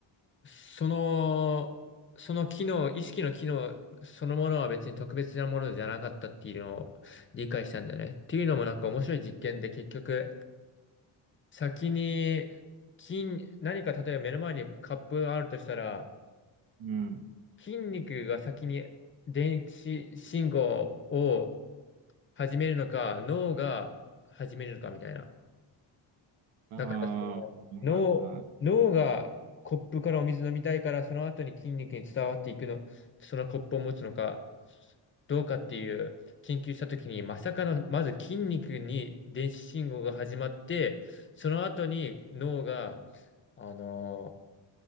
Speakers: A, on the left; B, on the right.
A: その、その機能、意識の機能そのものは別に特別なものじゃなかったっていうのを理解したんだよね。っていうのもなんか面白い実験で結局、先に、金、何か例えば目の前にカップがあるとしたら、
B: うん、
A: 筋肉が先に電子信号を始めるのか、脳が始めるのかみたいな。
B: ああはいはい。
A: だからそれは脳、脳がコップからお水飲みたいから、その後に筋肉に伝わっていくの、そのコップを持つのか、どうかっていう研究したときに、まさかの、まず筋肉に電子信号が始まって、その後に脳が、あのー